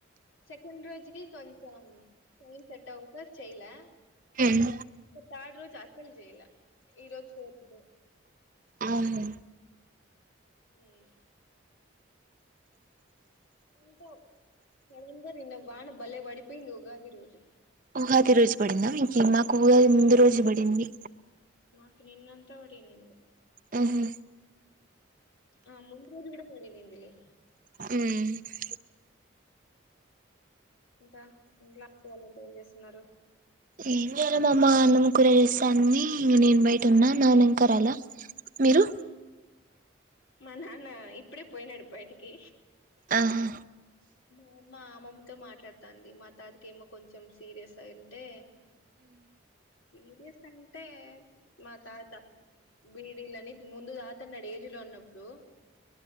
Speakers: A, on the left; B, on the right.
A: సెకండ్ రోజు కొంచెం టైం సెట్ అవ్వక చేయలే
B: హమ్
A: థర్డ్ రోజు అసలు చేయలా ఇరోజ ఫోర్త్ డే
B: అవును
A: హమ్ ఇంక సడంగా నిన్న వాన బాలే పడిపోయింది ఉగాది రోజు
B: ఉగాది రోజు పడింద మీకీ మాక్ ఉగాది ముందు రోజు పడింది
A: మాకు నిన్నంతా పడింది
B: ఆహొ
A: ఆ ముందు రోజు కూడా పడినింది లే
B: మ్మ్
A: ఇంకా ఇంట్లొ అంటి వాళ్ళంతా ఏం చేస్తున్నారు
B: ఏం చేయాల మా అమ్మ అన్నం కూర చేస్తాంది. నేను బయట ఉన్నా నాన్న ఇంకా రాలా మీరు
A: మా నాన్న ఇప్పుడే పోయినాడు బయటికి
B: ఆహా
A: మా అమ్ మా అమ్మమ్మతో మాట్లాడుతంది మా తాతక ఏమో కొంచెం సీరియస్ అయి ఉంటే సిరియస్ అంటే మా తాత బీ విళ్ళనిత్ ముందు తాగతన్నడు ఏజ్ లో ఉన్నప్పుడు